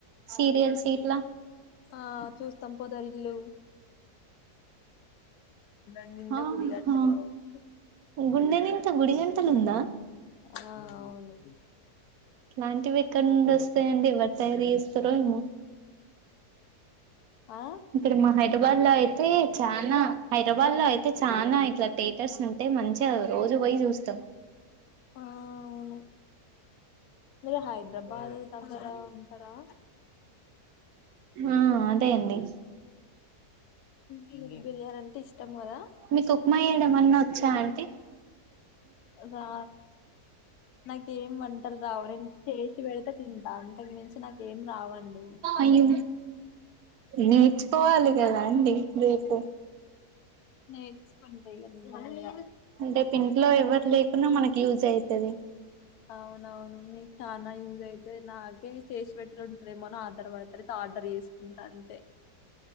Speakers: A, on the right; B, on the left.
A: సీరియల్స్ ఇట్లా
B: ఆ చూస్తాం పోదారు ఇల్లు దాని నిండా
A: ఆహా
B: గుడి కట్టారు కావచ్చు
A: గుండెనిండా గుడి గంటలు ఉందా
B: ఆ అవును
A: ఇలాంటివి ఎక్కడ నుండి వస్తాయంండి ఎవరు తయారు చేస్తారో ఏమో
B: ఆ
A: ఇక్కడ మాహ హైదరాబాద్ లో అయితే చానా హైదరాబాద్ లో అయితే చాలనా ఇట్లా థియేటర్స్ ఉంటే మంచిగా అ రోజు పోయి చూస్తాం
B: ఆ అవును మీరి హైదరాబాద్ దగ్గర ఉంటారా
A: ఆ అదే అండి
B: మీకు బిర్యానీ అంటే ఇష్టం కదా
A: మీకు ఉప్మా ఏడ ఏమన్నా వచ్చా అంటే
B: రా నాకేం వంటలు రావు నేను చేసి పెడతే తింటా అంత అంతకు మించి నాక ఏం రావండి
A: అయ్యో నేర్చుకోవాలి కదా అండి రేపు
B: నేర్చుకుంటా నిమ్మలంగా
A: రేపు ఇంట్లో ఎవరు లేకున్నా మనకి యూజ్ అవుతుది
B: అవునవును మీకు చనాా యూజ్ అయితే నాకే చేసి పెెట్టర్ ఉంటారేమోనో ఆధారపడిత ఎతే ఆర్డర్ చేసుకుంటా అంతే